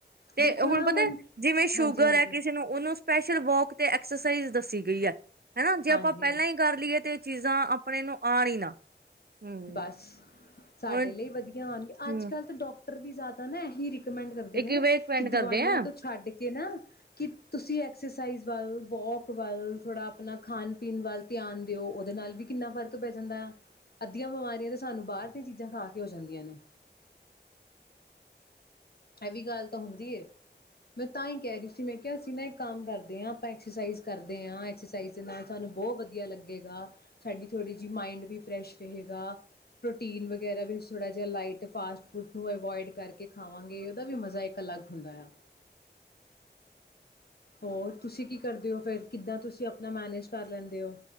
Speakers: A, on the right (about 60°); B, on the left (about 60°).
A: ਤੇ
B: ਦੇਖੋ
A: ਹੁਣ
B: ਨਾ
A: ਪਤਾ ਜਿਵੇਂ ਸ਼ੂਗਰ
B: ਹਾਂਜੀ ਹਾਂਜੀ
A: ਹੈ ਕਿਸੇ ਨੂੰ ਉਹਨੂੰ ਸਪੈਸ਼ਲ ਤੇ ਐਕਸਰਸਾਈਜ਼ ਦੱਸੀ ਗਈ ਹੈ ਹਨਾ ਜੇ
B: ਹਾਂਜੀ
A: ਆਪਾਂ ਪਹਿਲਾਂ ਹੀ ਕਰ ਲਈਏ ਤਾਂ ਇਹ ਚੀਜ਼ਾਂ ਆਪਣੇ ਨੂੰ ਆਉਣ ਹੀ ਨਾ ਹਮ
B: ਬਸ ਸਾਡੇ
A: ਹੁਣ
B: ਲਈ ਵਧੀਆ
A: ਹਮ
B: ਅੱਜ ਕੱਲ੍ਹ ਤਾਂ ਡਾਕ ਵੀ ਜ਼ਿਆਦਾ ਨਾ ਇਹੀ ਰਿਕ ਰਿਕੌਮੈਡ ਕਰਦੇ
A: ਇੱਕ
B: ਨੇ
A: ਵੇ ਪੈਂਡ
B: ਕਿ
A: ਕਰਦੇ
B: ਦਵਾਈਆਂ
A: ਆ
B: ਤੋਂ ਛੱਡ ਕੇ ਨਾ ਕਿ ਤੁਸੀਂ ਐਕਸਰਸਾਈਜ਼ ਵੱਲ ਵੋਕ ਵੱਲ ਥੋੜ੍ਹਾ ਆਪਣਾ ਖਾਣ ਪੀਣ ਵੱਲ ਧਿਆਨ ਦਿਓ ਉਹਦੇ ਨਾਲ ਵੀ ਕਿੰਨਾ ਫ਼ਰਕ ਪੈ ਜਾਂਦਾ ਆ ਅੱਧੀਆਂ ਬਿਮਾਰੀਆਂ ਤਾਂ ਸਾਨੂੰ ਬਾਹਰ ਦੀਆਂ ਚੀਜ਼ਾਂ ਖਾ ਕੇ ਹੋ ਜਾਂਦੀਆਂ ਨੇ ਇਹ ਵੀ ਗੱਲ ਤਾਂ ਹੁੰਦੀ ਹੈ ਮੈਂ ਤਾਂ ਹੀ ਕਹਿ ਰਹੀ ਸੀ ਮੈਂ ਕਿਹਾ ਅਸੀਂ ਨਾ ਇੱਕ ਕੰਮ ਕਰਦੇ ਹਾਂ ਆਪਾਂ ਐਕਸਰਸਾਈਜ਼ ਕਰਦੇ ਹਾਂ ਐਕਸਰਸਾਈਜ਼ ਦੇ ਨਾਲ ਸਾਨੂੰ ਬਹੁਤ ਵਧੀਆ ਲੱਗੇਗਾ ਸਾਡੀ ਥੋੜ੍ਹੀ ਜਿਹੀ ਮਾਇੰਡ ਵੀ ਫਰੈਸ਼ ਰਹੇਗਾ ਪ੍ਰੋਟੀਨ ਵਗੈਰਾ ਵੀ ਥੋੜ੍ਹਾ ਜਿਹਾ ਲਾਈਟ ਫਾਸਟ ਫੂਡ ਨੂੰ ਅਵੋਇਡ ਕਰਕੇ ਖਾਵਾਂ ਖਾਵਾਗੇ ਉਹਦਾ ਵੀ ਮਜ਼ਾ ਇੱਕ ਅਲੱਗ ਹੁੰਦਾ ਆ ਹੋਰ ਤੁਸੀਂ ਕੀ ਕਰਦੇ ਹੋ ਫਿਰ ਕਿੱਦਾਂ ਤੁਸੀਂ ਆਪਣਾ ਮੈਨੇਜ ਕਰ ਲੈਂਦੇ ਹੋ